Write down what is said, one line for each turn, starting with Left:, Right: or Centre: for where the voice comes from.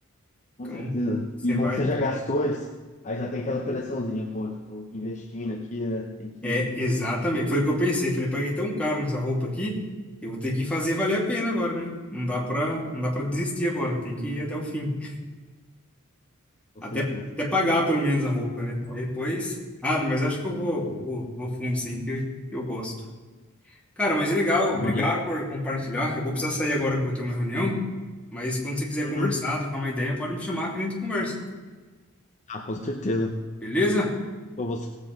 Left: Com
Centre: Então,
Left: certeza.
Centre: você
Left: E bom
Centre: vai,
Left: que você
Centre: treina.
Left: já gastou isso, aí já tem aquela pressãozinha, pô, eu tô investindo aqui, né? Tem que.
Centre: É, exatamente.
Left: <laughs>
Centre: Foi o que eu pensei. Falei, paguei tão caro nessa roupa aqui, eu vou ter que fazer valer a pena agora, né? Não dá pra, não dá pra desistir agora, tem que ir até o fim.
Left: Com
Centre: Até,
Left: certeza.
Centre: até pagar pelo menos a roupa, né? Depois. Ah, mas acho que eu vou, vou, vou fundo, sim, que eu, que eu gosto. Cara, mas é legal, obrigado
Left: Maneiro.
Centre: por compartilhar. Eu vou precisar sair agora que eu vou ter uma reunião, mas quando você quiser
Left: Uhum.
Centre: conversar, trocar uma ideia, pode me chamar que a gente conversa.
Left: Ah, com certeza.
Centre: Beleza?
Left: Pô, você.